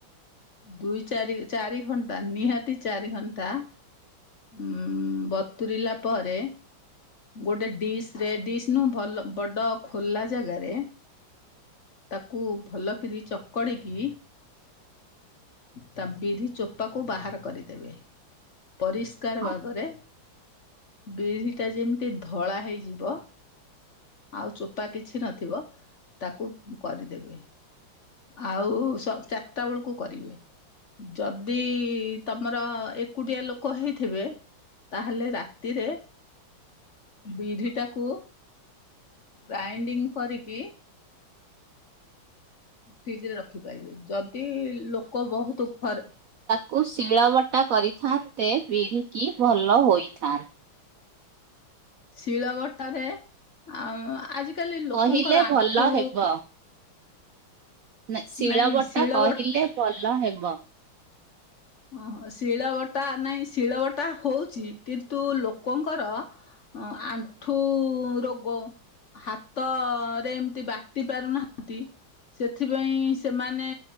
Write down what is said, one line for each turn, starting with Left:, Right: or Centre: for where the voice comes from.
Left: ଦୁଇ ଚାରି ଚାରି ଘଣ୍ଟା ନିହାତି ଚାରି ଘଣ୍ଟା। ଉଁ ବତୁରିଲା ପରେ। ଗୋଟେ ଡିସ ରେ ଡିସ୍ ନୁହୁଁ ଭଲ ବଡ଼ ଖୋଲା ଜାଗାରେ ତାକୁ ଭଲ କିରି ଚକଡ଼ିକି ତା ବିରି ଚୋପାକୁ ବାହାର କରିଦେବେ। ପରିଷ୍କାର
Right: ହଁ
Left: ଭାବରେ ବିିରିଟା ଯେମି କେତେ ଧଳା ହେଇଯିବ ଆଉ ଚୋପା କିଛି ନଥିବ ତାକୁ କରିଦେବେ। ଆଉ ଚାରିଟା ବେଳକୁ କରିବେ। ଯଦି ତମର ଏକୁଟିଆ ଲୋକ ହେଇଥିବେ। ତାହେଲେ ରାତିରେ ବିରିଟାକୁ ଗ୍ରାଇଣ୍ଡିଙ୍ଗ କରିକି ଫ୍ରିଜ ରେ ରଖିପାରିବେ ଯ ଦି ଲୋକ ବହୁତ ଘରେ
Right: କୁ ଶିଳବଟା କରିଥାନ୍ତେ ବିରିକି ଭଲ ହୋଇଥା
Left: ଶିଳ ବଟାରେ ଆ ଆଜିକାଲି ଲୋକଙ୍କର
Right: କହିଲେ
Left: ଆଣ୍ଠୁ
Right: ଭଲ ହେବ। ନା ଶିଳ
Left: ନାଇଁ
Right: ବଟା
Left: ଶିଳ
Right: କହିଲେ
Left: ବଟ
Right: ଭଲ ହେବ ।
Left: ଓହୋ ଶିଳ ବଟା ନାଇଁ ଶିଳ ବଟା ହଉଛି କିନ୍ତୁ ଲୋକଙ୍କର ଅ ଆଣ୍ଠୁ ରୋଗ । ହାତରେ ଏମିତି ବାଟି ପାରୁନାହାନ୍ତି । ସେଥିପାଇଁ ସେମାନେ